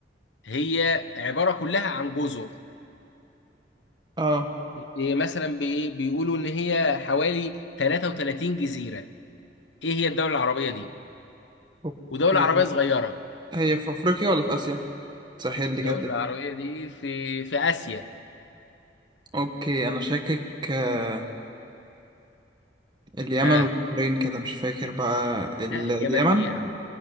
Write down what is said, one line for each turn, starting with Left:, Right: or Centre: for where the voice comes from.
Left: هي عبارة كلها عن جزر
Right: اه
Left: إيه مثلا بي- بيقولوا ان هي حوالي 33 جزيرة ايه هي الدولة العربية دي
Right: اوكي
Left: ودولة عربية صغيرة
Right: هي في افريقيا ولا في اسيا سهل لي
Left: الدولة
Right: كده الدنيا.
Left: العربية دي في في آسيا
Right: اوكي انا شاكك آه، اليمن
Left: ها
Right: والبحرين كده مش فاكر بقى ال-
Left: لا اليمن
Right: اليمن
Left: ايه يا عم